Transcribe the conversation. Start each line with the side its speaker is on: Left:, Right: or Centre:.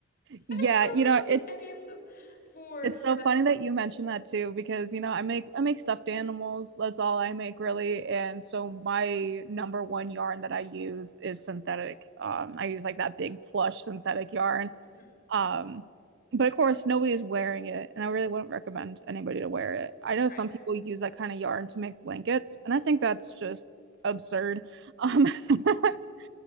Right: Yeah,
Left: don't know
Right: you
Left: if I
Right: know,
Left: could use
Right: it's
Left: any of them for
Right: it's so
Left: that.
Right: funny that you mentioned that too because you know, I make I make stuffed animals. That's all I make really. And so my number one yarn that I use is synthetic. Um I use like that big plush synthetic yarn
Left: Mhm.
Right: Um, but of course, nobody is wearing it, and I really wouldn't recommend anybody to wear it. I know
Left: Right.
Right: some people use that kind of yarn to make blankets, and I think
Left: Mm-hmm.
Right: that's just absurd. Um, <laughs>